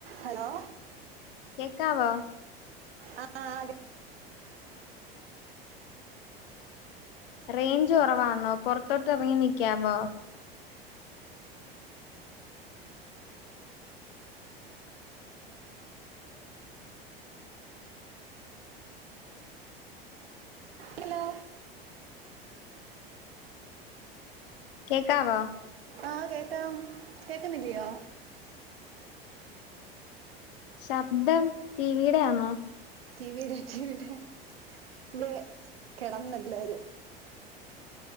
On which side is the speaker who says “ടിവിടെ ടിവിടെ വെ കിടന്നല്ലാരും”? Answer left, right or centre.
Right